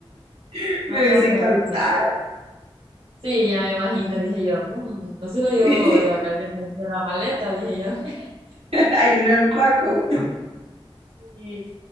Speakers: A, on the right; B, on the right.
A: <laughs> Me
B: Ah,
A: hubiese
B: con
A: encantado.
B: razón. Sí, ya me imagino, dije yo. "Mm, no se lo
A: <laughs>
B: llevó de vacaciones en la maleta, dije yo. <laughs>
A: Ahí lo empaco.
B: Y